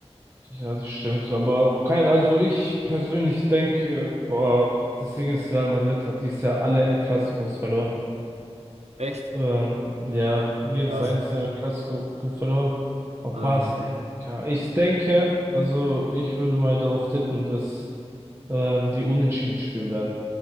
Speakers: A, on the right; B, on the right.
A: Ja, das stimmt. Aber kein, also ich persönlich denke, boah, das Ding ist, Real Madrid hat dieses Jahr alle El Clasicos verloren.
B: echt
A: Ähm, ja, jedes
B: krass.
A: einzelne Klassiko ge- verloren. Aber
B: Ah,
A: was, ja, keine Ahnung. ich denke, also ich würde mal darauf tippen, dass ähm, die Unentschieden spielen werden.